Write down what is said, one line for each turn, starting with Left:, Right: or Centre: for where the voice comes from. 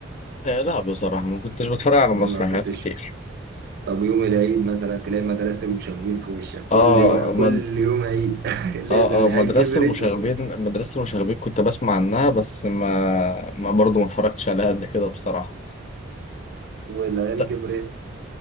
Left: آه لا بصراحة ما كنتش بتفرج على مسرحيات
Right: ما كنتش
Left: كتير
Right: طب يوم العيد مثلا تلاقي مدرستك مشاغبين في وشك كل
Left: اه
Right: يوم كل
Left: ما
Right: يوم عيد <laughs> لازم
Left: اه
Right: العيال
Left: اه مدرسة
Right: كبرت
Left: المشاغبين
Right: و...
Left: مدرسة المشاغبين كنت بسمع عنها بس ما ما برضه ما اتفرجتش عليها قد كده بصراحة
Right: والعيال
Left: ت-
Right: كبرت